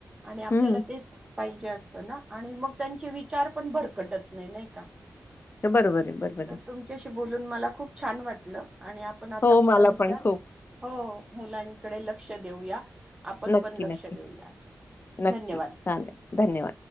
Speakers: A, on the right; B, on the left.
A: आणि आपल्याला
B: हम्म
A: तेच पाहिजे असतं ना आणि मग त्यांचे विचारपण भरकटत नाही, नाही का?
B: ते बरोबर आहे बरोबर
A: तर
B: आहे
A: तुमच्याशी बोलून मला खूप छान वाटलं. आणि आपण आता
B: हो
A: मुलांच्या
B: मला पण खूप
A: हो मुलांकडे लक्ष देऊया. आपणपण
B: नक्की
A: लक्ष
B: नक्की
A: देऊया.
B: नक्की
A: धन्यवाद.
B: चालेल धन्यवाद